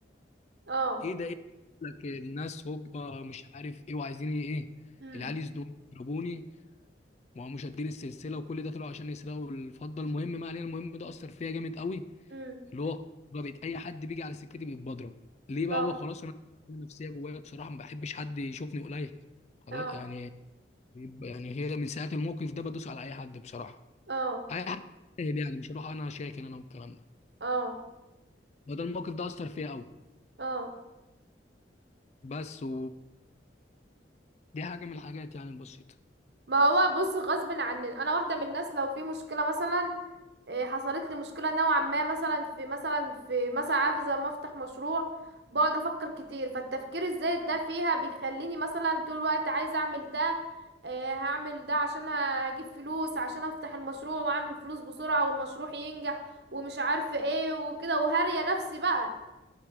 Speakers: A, on the right (about 65°); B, on the left (about 40°).
A: اه
B: ايه ده ايه ده؟ لك الناس هوبا مش عارف ايه وعايزين ايه
A: امم
B: العيال يزنوني يضربوني ما هو مشادين السلسله وكل ده طلعوا عشان يسرقوا الفضه المهم ما علينا المهم ده اثر فيا جامد قوي
A: امم
B: اللي هو بقى بقيت اي حد بيجي على سكتي بيبقى بضرب ليه بقى
A: اه
B: هو خلاص انا أنا نفسيه جوايا بصراحه ما بحبش حد يشوفني قليل خلاص
A: اه
B: يعني بيبقى- يعني هي من ساعه الموقف ده بدوس على اي حد بصراحه
A: اه
B: اي حد سهل يعني مش هروح انا شاكن انا والكلام ده
A: اه
B: فده الموقف ده اثر فيا قوي
A: اه
B: بس و دي حاجه من الحاجات يعني البسيطه
A: ما هو بص غصب عني انا واحده من الناس لو في مشكله مثلا إيه، حصلت لي مشكلة نوعا ما مثلا في مثلا في مثلا عارفة زي ما افتح مشروع بقعد افكر كتير فالتفكير الزايد ده فيها بيخليني مثلا طول الوقت عايزة اعمل ده إيه، هعمل ده عشان اجيب فلوس عشان افتح المشروع واعمل فلوس بسرعة والمشروع ينجح ومش عارفة ايه وكده وهرية نفسي بقى